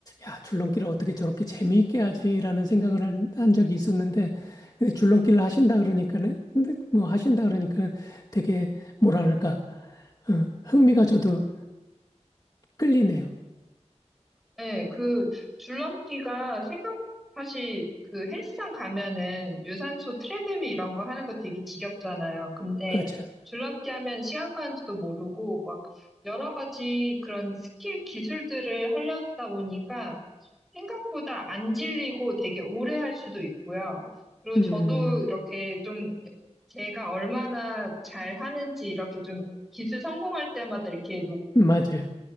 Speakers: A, on the left; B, in the centre.
A: 야, 줄넘기를 어떻게 저렇게 재미있게 하지라는 생각을 한, 한 적이 있었는데 근데 줄넘기를 하신다 그러니까는 근데 뭐 하신다 그러니까는 되게 뭐랄까 어, 흥미가 저도 끌리네요.
B: 네, 그 줄넘기가 생각 사실 그 헬스장 가면은 유산소 트레드밀 이런 거 하는 거 되게 지겹잖아요. 근데
A: 그렇죠.
B: 줄넘기 하면 시간 가는지도 모르고 막 여러 가지 그런 스킬 기술들을 하려다 보니까 생각보다 안 질리고 되게 오래 할 수도 있고요. 그리고
A: 음,
B: 저도 이렇게 좀 제가 얼마나 잘 하는지 이렇게 좀 기술 성공할 때마다 이렇게
A: 맞아요.